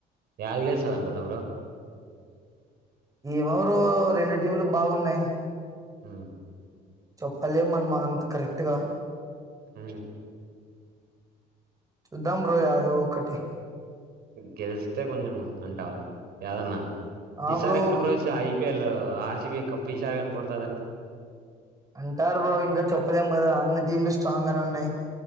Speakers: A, on the right; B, on the right.
A: యాదు గేలుస అనుకున్నా బ్రో
B: ఏమవరు రెండు టీంలు బాగున్నాయి
A: హ
B: చెప్పలేం మనమా అంత కరెక్ట్గా
A: అ
B: చ దం బ్రోయాద ఒక కటి
A: గెలిస్తే కొంచం అంటావా ఏదన్నా
B: ఆ
A: ఈసారి
B: బ్రో
A: ఎట్లా ప్ర సఅయి బి అల్ ఆర్సిి బి కప్పు ఇసారిగాని కొడతదంత
B: అంటారు ఇంకా చెప్పదాం కదా అన్ని టీంలు స్ట్రాంగ్ గానే ఉన్నాయి